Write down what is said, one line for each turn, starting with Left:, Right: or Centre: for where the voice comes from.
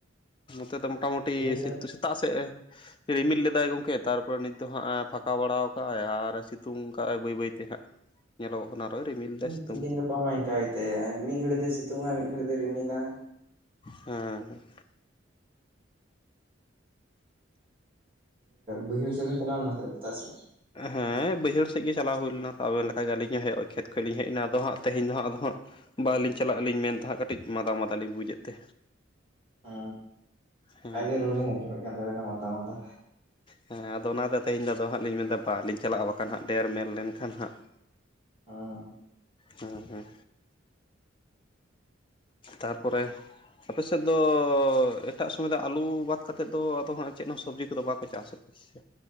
Left: ᱱᱚᱛᱮ ᱫᱚ ᱢᱚᱴᱟᱢᱩᱴᱤ
Right: ᱥᱮᱱ
Left: ᱥᱮᱛᱟᱜ ᱥᱮᱫ ᱮᱼᱼ ᱨᱤᱢᱤᱞ ᱞᱮᱫᱟᱭ ᱜᱚᱝᱠᱮ ᱛᱟᱨᱯᱚᱨᱮ ᱱᱤᱛ ᱫᱚ ᱦᱟᱸᱜ ᱯᱷᱟᱠᱟ ᱵᱟᱲᱟᱣ ᱠᱟᱜᱼ ᱟᱭ ᱟᱨ ᱥᱤᱛᱩᱝ ᱠᱟᱜᱼᱟᱭ ᱵᱟᱹᱭ-ᱵᱟᱹᱭᱛᱮ ᱦᱟᱸᱜ ᱵᱟᱝ ᱟᱸᱡᱚᱢᱚᱜ ᱠᱟᱱᱟ ᱟᱨᱚᱭ ᱨᱤᱢᱤᱞ ᱫᱟᱭ ᱥᱤᱛᱩᱝ
Right: ᱛ ᱛᱦᱫᱤᱱ ᱜᱟᱯᱟ ᱢᱟ ᱤᱱᱠᱟ ᱛᱮ ᱟᱭ ᱢᱤᱫ ᱜᱷᱟ. ᱲᱤᱡ ᱛᱮ ᱥᱤᱛᱩᱝᱼᱟᱭ ᱢᱤᱫ ᱜᱷᱟ. ᱲᱤᱡ ᱛᱮᱭ ᱨᱤᱢᱤᱞᱟ
Left: ᱦᱮᱸᱻᱦᱮᱸ
Right: ᱵᱟᱹᱭᱦᱟᱹᱲ ᱥᱮᱫ ᱵᱮᱱ ᱪᱟᱞᱟᱣ ᱞᱮᱱᱟ ᱥᱮ ᱥᱮᱛᱟᱜ ᱥᱮᱫ?
Left: ᱦᱮᱸ ᱵᱟᱹᱭᱦᱟᱹᱲ ᱥᱮᱫ ᱜᱮ ᱪᱟᱞᱟᱣ ᱦᱩᱭ ᱞᱮᱱᱟ ᱟᱵᱮᱱ ᱞᱮᱠᱟ ᱜᱮ ᱟᱹᱞᱤᱧ ᱦᱮᱡ ᱠᱷᱮᱛ ᱠᱷᱚᱱ ᱞᱤᱧ ᱦᱮᱡ ᱮᱱᱟ ᱟᱫᱚ ᱦᱟᱸᱜ ᱛᱮᱦᱮᱧ ᱫᱚ ᱦᱟᱸᱜ ᱟᱫᱚ ᱦᱟᱸᱜ ᱵᱟᱞᱤᱧ ᱪᱟᱞᱟᱜ ᱟᱹᱞᱤᱧ ᱢᱮᱱᱫᱟ ᱦᱟᱸᱜ ᱠᱟᱹᱴᱤᱡ ᱢᱟᱫᱟ-ᱢᱟᱫᱟ ᱞᱤᱧ ᱵᱩᱡ ᱮᱫ ᱛᱮ᱾
Right: ᱦᱩᱸ
Left: ᱦᱮᱸ
Right: ᱚᱱᱠᱟ ᱜᱮ ᱨᱚᱲ ᱞᱤᱧ ᱟᱡᱚᱢ ᱮᱫ ᱠᱟᱱ ᱛᱟᱵᱮᱱᱟ ᱢᱟᱫᱟ-ᱢᱟᱫᱟ᱾
Left: ᱦᱮᱸ ᱟᱫᱚ ᱚᱱᱟ ᱛᱮ ᱛᱮᱦᱮᱧ ᱫᱟᱫᱟ ᱦᱟᱸᱜ ᱞᱤᱧ ᱢᱮᱱ ᱮᱫᱟ ᱵᱟ ᱞᱤᱧ ᱪᱟᱞᱟᱜᱼᱟ ᱵᱟᱠᱷᱟᱱ ᱦᱟᱸᱜ ᱰᱷᱮᱨ ᱢᱮᱱ ᱞᱮᱱ ᱠᱷᱟᱱ ᱦᱟᱸᱜ ᱵᱟᱝ ᱟᱸᱡᱚᱢᱚᱜ ᱠᱟᱱᱟ
Right: ᱦᱩᱸᱻ
Left: ᱦᱩᱸ-ᱦᱩᱸ ᱛᱟᱨᱯᱚᱨᱮ ᱟᱯᱮ ᱥᱮᱫ ᱫᱚ ᱮᱴᱟᱜ ᱥᱚᱢᱚᱭ ᱫᱚ ᱟᱹᱞᱩ ᱵᱟᱫ ᱠᱟᱛᱮᱫ ᱫᱚ ᱟᱫᱚ ᱦᱟᱸᱜ ᱪᱮᱫ ᱦᱚᱸ ᱥᱚᱵᱽᱡᱤ ᱠᱚ ᱫᱚ ᱵᱟᱠᱚ ᱪᱟᱥᱮᱫ ᱥᱮ ᱪᱮᱫ